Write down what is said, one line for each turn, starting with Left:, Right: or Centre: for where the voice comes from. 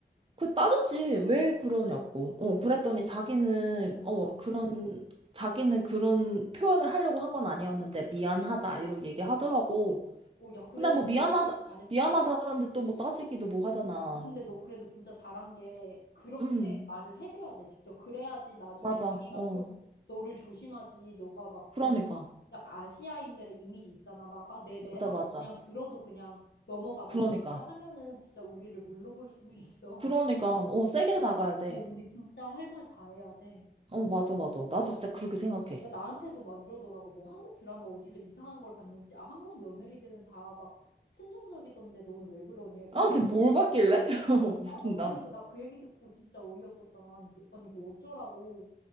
Right: 그 따졌지. 왜 그러냐고. 어, 그랬더니 자기는,
Left: 음.
Right: 어, 그런, 자기는 그런 표현을 하려고 한 건 아니었는데, 미안하다. 이러고 얘기하더라고.
Left: 어, 야, 그래도
Right: 근데 뭐, 미안하다,
Left: 너 잘했어.
Right: 미안하다는데 또 뭐 따지기도 뭐 하잖아.
Left: 아, 근데 너 그래도 진짜 잘한 게 그렇게
Right: 음,
Left: 말을 해줘야 돼, 직접. 그래야지 나중에
Right: 맞아.
Left: 자기가
Right: 어,
Left: 좀 너를 조심하지. 너가 막
Right: 그러니까.
Left: 우리 약간 아시아인들의 이미지 있잖아. 막, 아, 네, 네
Right: 맞아,
Left: 하고
Right: 맞아.
Left: 그냥 들어도 그냥 넘어가고
Right: 그러니까.
Left: 이렇게 하면은 진짜 우리를 물러볼 수도 있어.
Right: 그러니까, 어, 세게 나가야 돼.
Left: 어, 우리 진짜 할 말 다 해야 돼.
Right: 어, 맞아, 맞아. 나도 진짜 그렇게 생각해.
Left: 야, 나한테도 막 이러더라고. 뭐 한국 드라마 어디서 이상한 걸 봤는지. 아, 한국 며느리들은 다 막 순종적이던데 너는 왜 그러니? 그리고
Right: 아, 쟤 뭘 봤길래? <laughs> 웃긴다.
Left: 아, 나 그래서 나 그 얘기 듣고 진짜 어이없었잖아. 아니, 아니 뭐 어쩌라고.